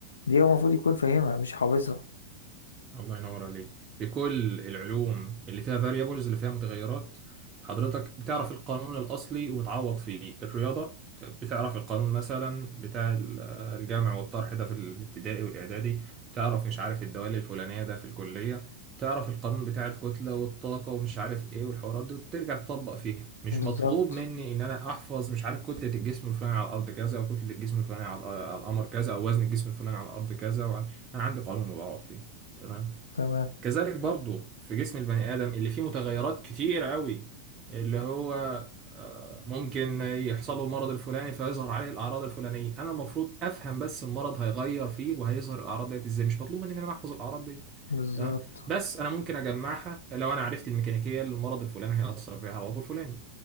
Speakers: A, on the left (about 70°); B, on the right (about 25°).
A: دي هو المفروض يكون فاهمها مش حافظها
B: الله ينور عليك في كل العلوم اللي فيها variables اللي فيها متغيرات حضرتك بتعرف القانون الأصلي وبتعوض فيه الرياضة بتعرف القانون مثلا بتاع ال- الجمع والطرح ده في الابتدائي والإعدادي بتعرف مش عارف الدوال الفلانية ده في الكلية بتعرف القانون بتاع الكتلة والطاقة ومش عارف ايه والحوارات دي وترجع تطبق فيها مش
A: بالظبط
B: مطلوب مني ان انا احفظ مش عارف كتلة الجسم الفلاني على الارض كذا وكتلة الجسم الفلاني على على القمر كذا او وزن الجسم الفلاني على الارض كذا وع- انا عندي قانون وبعوض فيه تمام
A: تمام
B: كذلك برضو في جسم البني آدم اللي فيه متغيرات كتير قوي اللي هو آه، ممكن يحصل له المرض الفلاني فيظهر عليه الأعراض الفلانية أنا المفروض أفهم بس المرض هيغير فيه وهيظهر الأعراض ديت إزاي مش مطلوب مني إن أنا أحفظ الأعراض دي
A: بالظبط
B: تمام بس أنا ممكن أجمعها لو أنا عرفت الميكانيكية اللي المرض الفلاني هيأثر بيها على العضو الفلاني